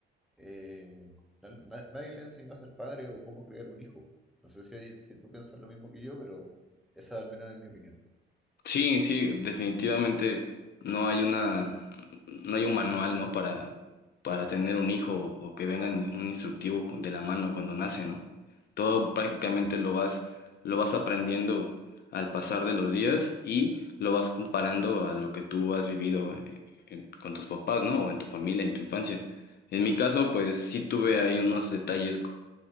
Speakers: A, in the centre; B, on the left.
A: eh, na- na- nadie les enseñó a ser padre o cómo criar un hijo. No sé si, hay- si tú piensas lo mismo que yo, pero esa al menos es mi opinión.
B: Sí, sí, definitivamente no hay una, no hay un manual, ¿no? Para, para tener un hijo o que venga ni- un instructivo con- de la mano cuando nace, ¿no? Todo prácticamente
A: Sí,
B: lo vas, lo vas aprendiendo al pasar de los días y lo vas comparando a lo que tú has vivido eh, en- con tus papás, ¿no? O en tu familia, en tu infancia. En mi caso, pues
A: claro,
B: sí tuve ahí unos detalles